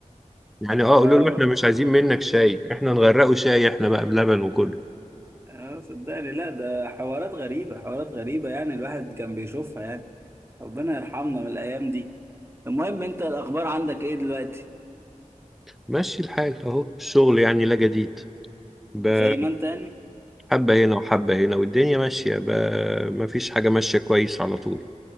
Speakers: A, in the centre; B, on the right.
A: يعني اه قولوا
B: اه
A: له احنا مش عايزين منك شاي احنا نغرقه شاي احنا بقى بلبن وكله
B: اه صدقني لا ده حوارات غريبه حوارات غريبه يعني الواحد كان بيشوفها يعني ربنا يرحمنا من الايام دي المهم انت الاخبار عندك ايه دلوقتي
A: ماشي الحال اهو الشغل يعني لا جديد ب-
B: زي ما انت يعني
A: حبة هنا وحبة هنا والدنيا ماشية ب... مفيش حاجة ماشية كويس على طول